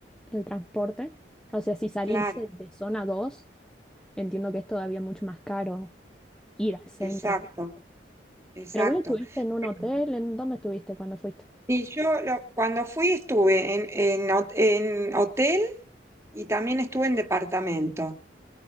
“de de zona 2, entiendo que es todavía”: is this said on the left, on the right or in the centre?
Centre